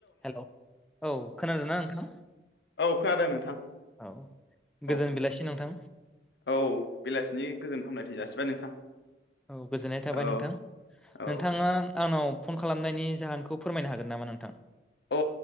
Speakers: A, in the centre; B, on the left (about 70°).
A: Hello औ खोनादों ना नोंथां
B: औ खोनादों नोंथां
A: औ
B: औ
A: गोजोन बेलासि नोंथां
B: औ बेलासिनि गोजोन हामलायथिनाय जासिबाय नोंथां
A: औ गोजोननाय थाबाय
B: औ
A: नोंथां
B: औ
A: नोंथाङा आंनाव फन खालाम खालामनायनि जाहोनखौ फोरमायनो हागोन नामा नोंथां
B: अ